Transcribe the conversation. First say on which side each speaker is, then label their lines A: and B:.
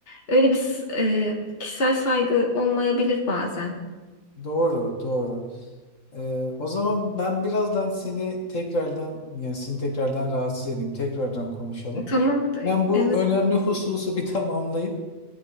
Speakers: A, on the left; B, on the left.
A: öyle bir s- e, kişisel saygı olmayabilir bazen.
B: <laughs> doğru doğru. Ee, o zaman ben birazdan seni tekrardan yani seni tekrardan rahatsız edeyim. Tekrardan konuşalım.
A: E, Tamam.
B: Ben
A: e,
B: bu
A: Evet.
B: önemli hususu bir <laughs> tamamlayıp